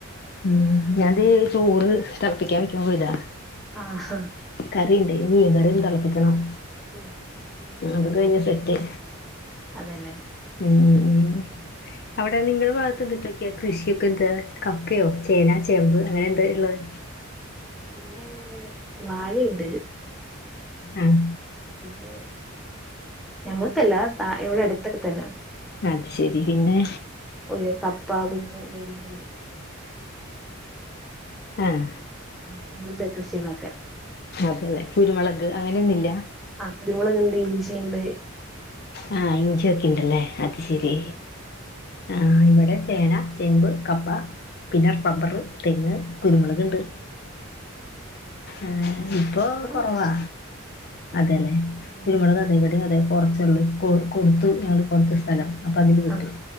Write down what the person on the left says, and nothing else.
ഉ ഞാൻതെ ചോറ് തളപ്പിക്കാൻ വേക്കാൻ പോയതാ
കറീണ്ട് മീൻ കറി തിളപ്പിക്കണം
അത് കഴിഞ്ഞ സെറ്റ്
ഉം അവിടെ നിങ്ങളുടെ ഭാഗത്ത് എന്തിട്ടൊക്കെയാ കൃഷിയൊക്കെ എന്താ കപ്പയോ ചേന ചമ്പ് അങ്ങനെ എന്താ ഉള്ളത്
ആഹ്
അത് ശരി പിന്നെ
ആഹ്
അതെല്ലെ കുരുമുളക് അങ്ങനൊന്നുല്ല
ആ ഇഞ്ചിയൊക്കെണ്ട്ല്ലേ അത് ശെരി
ആ ഇവടെ ചേന, ചേമ്പ്, കപ്പ പിന്നെ ബബ്ബറ്,
തെങ്ങ്, കുരുമുളക്ണ്ട്
ആ
ഇപ്പൊ
കൊറവാ
അതെലെ
കുരുമുളക് അതെ ഇവടേം അതെ കൊറച്ചുള്ളൂ കൊ കൊടുത്തു ഞള് കൊർച്ച് സ്ഥലം അപ്പൊ അതില് പെട്ടു